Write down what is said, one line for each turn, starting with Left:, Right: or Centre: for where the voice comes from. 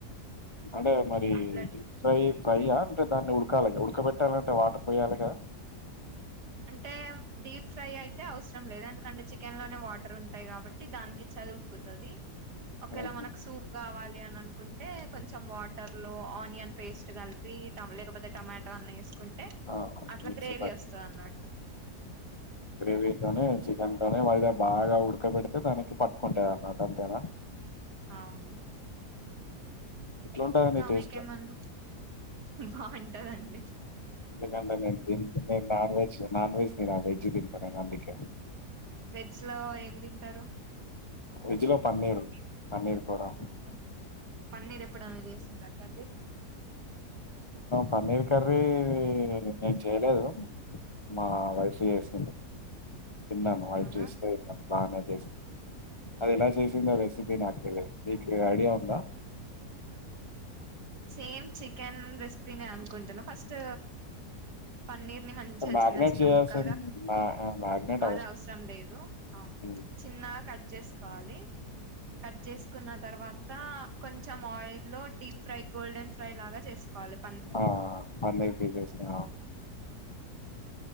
Left: అంటే మరి
Right: అట్లా
Left: ప్ ఫ్రై ఫ్రైయా అంటే దాన్ని ఉడకాలిగా ఉడకబెట్టాలంటే వాటర్ పోయాలిగా
Right: అంటే డీప్ ఫ్రై అయితే అవసరం లేదు ఎందుకంటే చికెన్ లోనే వాటర్ ఉంటాయి కాబట్టి దానికిచ్చది ఉడుకుతుంది ఒకేలా
Left: హుహు.
Right: మనకు సూప్ కావాలి అని అనుకుంటే కొంచం కొంచెం వాటర్ లో ఆనియన్ పేస్ట్ కలిపి తల కపోతే టమాటో అన్న వేసుకుంటే
Left: ఆహా!
Right: అట్లా
Left: మిక్సీ
Right: గ్రేవీ వస్తుంది అన్నమాట
Left: గ్రేవీతోనే చికెన్ త వయిద బాగా ఉడకబెడితే దానికి పట్టుకుంటేది అన్నట అంతేనా
Right: అవును
Left: ఎట్లుంటదండి
Right: ఇంకా
Left: టేస్ట్
Right: మీకేమన్నా బాగుంట ఉంటదండి
Left: ఎందుక న నాన్ వెజ్ నాన్ వెజ్ నిరా వెజ్ బిత న అందుక
Right: అసలో ఏం తింటారు
Left: రజలో పన్నేరు పమీర్పురం
Right: అవునా పన్నీర్ ఎప్పుడైనా చేసిండ అక్కర్
Left: పన్నీర్ కర్రీ నేను చేయలేదు మా వైఫ్ చేస్తుంది తిన్నాను వాయి
Right: అవునా
Left: చేస్తేను బానా చేసి అది ఎలా చేసిందో రెసిపీ నాకు తెదు నీకు ఐడియా ఉందా
Right: సేమ్ చికెన్ రెసిపీ నే అనుకుంటును ఫస్ట్ పన్నీర్ మంచిగా
Left: మ్యాగ్నేట్
Right: చిన్న చిన్న
Left: చేయాల్సిన
Right: ముక్కలుగా
Left: మా మ్యాగ్నేట్
Right: ఆది అవసరం లేదు అవును
Left: హ్మ్.
Right: చిన్నగా కట్ చే కాాలి కట్ చేసుకున్న తర్వాత కొంచెం ఆయిల్ట్ లో ీప్ ఫ్రై డ పచ్చ
Left: ఆ పన్నీర్ పీసెస్ ని ఆ